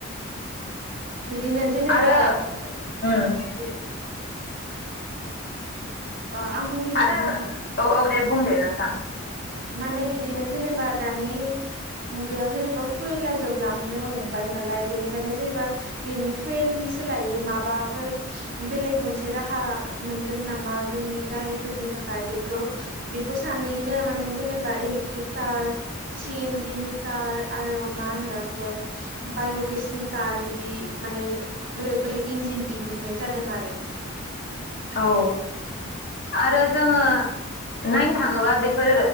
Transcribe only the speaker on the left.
आरो
उम
आरो
औ औ दे बुं दे नोंथां।
औ आरो जोङो नायनो थाङोबा बेफोर